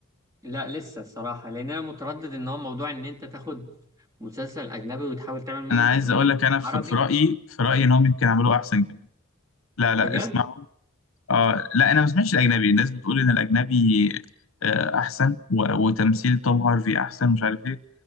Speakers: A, on the right (about 15°); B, on the left (about 65°).
A: لا لسه الصراحة لان انا متردد ان هو موضوع ان انت تاخد مسلسل اجنبي وتحاول تعمل من-
B: انا عايز
A: منه
B: اقول
A: نص
B: لك انا في
A: عربي
B: في رايي في رايي ان هم يمكن عملوه احسن كمان لا لا
A: بجد
B: اسمعوا آه لا انا ما سمعتش الاجنبي الناس بتقول ان الاجنبي آه احسن و- وتمثيل توم هارفي احسن مش عارف ايه